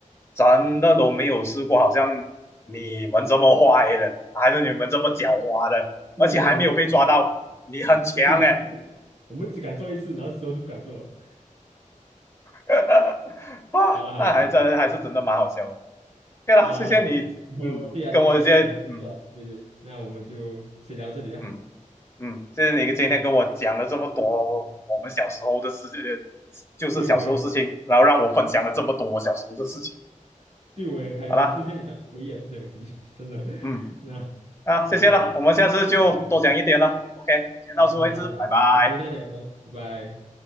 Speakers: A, on the left (about 20°); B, on the right (about 50°).
A: 真的都没有试过，好像你们这么坏的，还是你们这么狡猾的，
B: 没有没有，
A: 而且还没有被抓到，
B: 我们只敢，
A: 你很强哎！
B: <laughs> 对对对，我们只敢做一次，然后之后就不敢做了。
A: <laughs> 啊，
B: 好了好了，
A: 那还真还是真的蛮好笑的。
B: 我们
A: 对以了，
B: 好了好了，
A: 谢谢你，
B: 我以后对呀对呀，
A: 嗯，跟我这些，
B: 要有工作了，
A: 嗯
B: 对对，那我们就先聊这里啦。
A: 嗯嗯，谢谢你今天跟我讲了这么多我们小时候的事情，
B: 嗯，
A: 就是小时候事情，
B: 对我也
A: 然后让我分享了这么多我小时候的事情。
B: 对我也很开心，
A: 好啦，
B: 谢谢你让我回忆了这些东西，<laughs> 真的。
A: 嗯
B: 那好
A: 啊，谢谢了，
B: 了，那
A: 我们下次就多讲一点了。
B: 谢谢啦，
A: OK，今天到此为止，
B: 好了好了好了，
A: 拜拜。
B: 有机会再聊咯拜拜。